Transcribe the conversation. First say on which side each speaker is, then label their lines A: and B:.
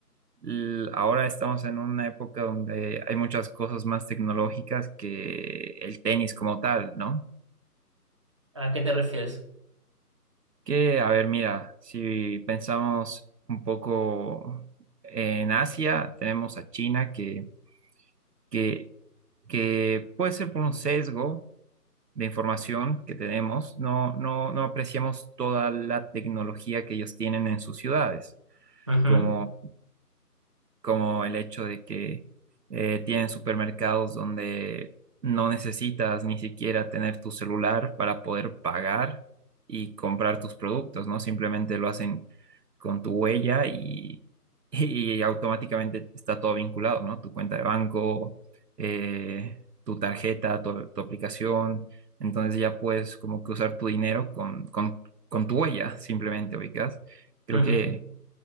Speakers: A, on the right; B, on the right.
A: l- Ahora estamos en una época donde hay muchas cosas más tecnológicas que el tenis como tal, ¿no?
B: ¿a qué te refieres?
A: Que, a ver, mira, si pensamos un poco en Asia, tenemos a China que, que, que puede ser por un sesgo de información que tenemos, no, no, no apreciamos toda la tecnología que ellos tienen en sus ciudades,
B: Ujú,
A: como como el hecho de que eh, tienen supermercados donde no necesitas ni siquiera tener tu celular para poder pagar y comprar tus productos, ¿no? Simplemente lo hacen con tu huella y, <laughs> y automáticamente está todo vinculado, ¿no? Tu cuenta de banco, eh, tu tarjeta, tu, tu aplicación. Entonces ya puedes como que usar tu dinero con, con, con tu huella, simplemente ubicas. Creo
B: ujú.
A: que